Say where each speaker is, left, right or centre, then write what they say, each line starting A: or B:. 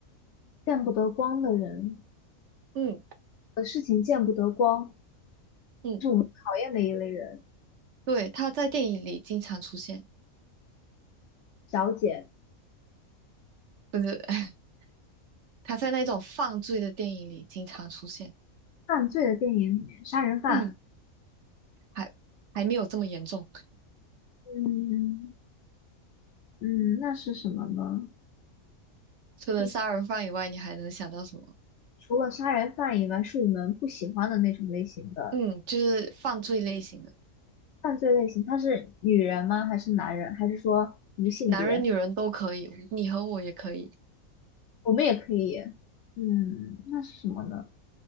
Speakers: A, on the left; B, on the right.
A: 见不得光的人，
B: 嗯
A: 呃，事情见不得光，
B: 嗯，
A: 讨厌的一类人，
B: 对，他在电影里经常出现，
A: 小姐，
B: 不是，<laughs> 他在那种犯罪的电影里经常出现，
A: 犯罪的电影里面，杀人犯。
B: 嗯，还还没有这么严重，
A: 嗯嗯，那是什么呢？
B: 除了杀人犯以外，
A: 嗯
B: 你还能想到什么？
A: 除了杀人犯以外，是你们不喜欢的那种类型的
B: 嗯，就是犯罪类型的。
A: 犯罪类型。他是女人吗？还是男人？还是说无性别？
B: 男人女人都可以，你和我也可以。
A: 我们也可以，嗯，那是什么呢？